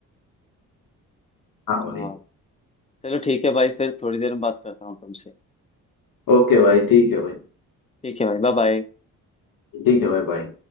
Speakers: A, on the left; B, on the left.
A: हाँ
B: हाँ
A: भाई
B: चलो ठीक है भाई फिर थोड़ी देर में बात करता हूँ तुमसे
A: ओके भाई ठीक है भाई
B: ठीक है भाई बाय बाय
A: ठीक है भाई बाय